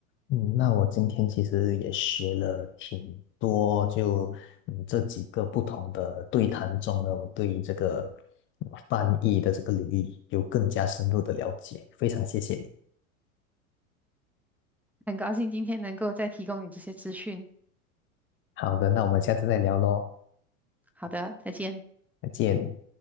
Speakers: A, on the left; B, in the centre.
A: 嗯，那我今天其实也学了挺多，就嗯这几个不同的对谈中呢，我对于这个呃翻译的这个领域有更加深入的了解，非常谢谢你。
B: 很高兴今天能够再提供你这些资讯。
A: 好的，那我们下次再聊喽。
B: 好的，再见。
A: 再见。